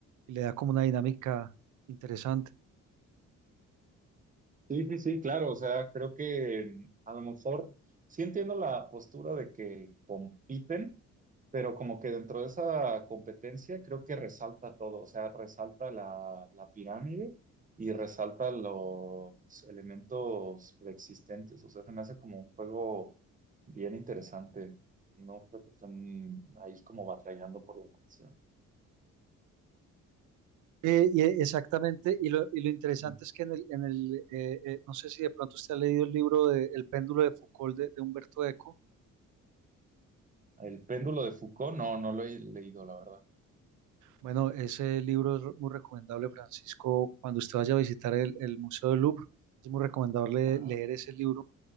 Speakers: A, on the right; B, on the right.
A: y le da como una dinámica interesante.
B: Sí, sí, sí, claro, o sea, creo que mm, a lo mejor sí entiendo la postura de que compiten, pero como que dentro de esa competencia creo que resalta todo, o sea, resalta la, la pirámide y resalta los elementos preexistentes, o sea, se me hace como un juego bien interesante, no creo que están ahí como batallando por la atención.
A: Eh, y e- exactamente, y lo, y lo interesante
B: Ujú.
A: es que en el, en el eh, eh, no sé si de pronto usted ha leído el libro de El péndulo de Foucault de, de Humberto Eco.
B: El péndulo de Foucault, no, no lo he leído, la verdad.
A: Bueno, ese libro es muy recomendable, Francisco, cuando usted vaya a visitar el, el Museo del Louvre, es muy recomendable
B: Ajá,
A: leer ese libro